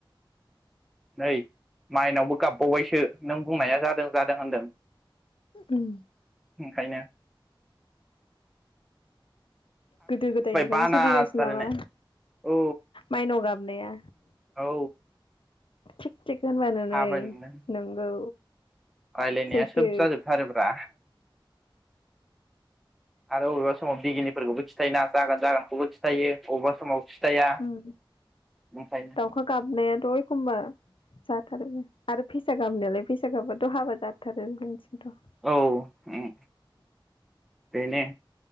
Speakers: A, in the centre; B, on the left.
A: नै माइनावबो गाबबावबायसो नों बुंनाया जादों जादों होनदों।
B: उम
A: खायनो।
B: गोदो गोदायनिफ्रायनो
A: बाना
B: सोलिगासिनो
A: जालायनाय
B: नामा
A: औ
B: माइनाव गाब नाया
A: औ
B: थिग थिग होनबानो
A: थाबायनो
B: नै नंगौ।
A: रायलायनाया
B: सैथो
A: सोब जाजोबथारोब्रा। आरो बबेबा समाव बिगिनिफोरखौबो खिथायोना जागोन जागोनखौबो खिथायो अबेबा समाव खिथाया
B: उम
A: ओंखायनो
B: दावखा गाबनायाथ' एखमबा जाथारोबो आरो फेसा गाबनायालाय फेसा गाबामबाथ' हाबा जाथारो। जोंनिथिंथ'
A: औ उम बेनो